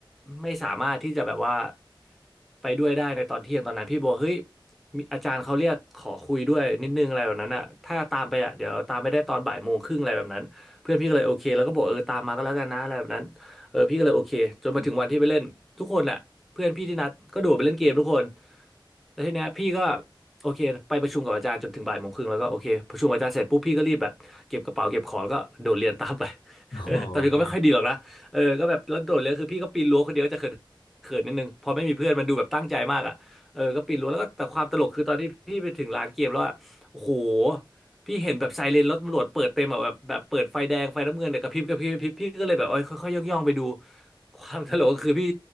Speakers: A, in the centre; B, on the left.
A: ไม่สามารถที่จะแบบว่าไปด้วยได้ในตอนเที่ยงตอนนั้นพี่บอกเฮ้ยมีอาจารย์เขาเรียกขอคุยด้วยนิดนึงอะไรแบบนั้นอ่ะถ้าตามไปอ่ะเดี๋ยวตามไม่ได้ตอนบ่ายโมงครึ่งอะไรแบบนั้นเพื่อนพี่ก็เลยโอเคแล้วก็บอกเออตามมาก็แล้วกันนะอะไรแบบนั้นเออพี่ก็เลยโอเคจนมาถึงวันที่ไปเล่นทุกคนแหละเพื่อนพี่ที่นัดก็โดดไปเล่นเกมทุกคน
B: อืม
A: แต่ทีเนี้ยพี่ก็โอเคไปประชุมกับอาจารย์จนถึงบ่ายโมงครึ่งแล้วก็โอเคประชุมกับอาจารย์เสร็จปุ๊บพี่ก็รีบแบบ เก็บกระเป๋าเก็บของแล้วก็โดดเรียนตามไป
B: โอ
A: <laughs> ตอนนี้ก็ไม่ค่อยดีหรอกนะเออก็แบบแล้วโดดเรียนคือพี่ก็ปีนรั้วคนเดียวก็จะเขิน
B: เค
A: เขินนิดนึงพอไม่มีเพื่อนมันดูแบบตั้งใจมากอ่ะเออก็ปีนรั้วแล้วก็แต่ความตลกคือตอนที่พี่ไปถึงร้านเกมแล้วอะโอ้โหพี่เห็นแบบไซเรนรถตำรวจเปิดเต็มอะแบบแบบเปิดไฟแดงไฟน้ำเงินเนี่ยกระพริบกระพริบกระพริบพี่ก็เลยแบบเอ้ยค่อยๆย่องๆไปดูความตลกก็คือพี่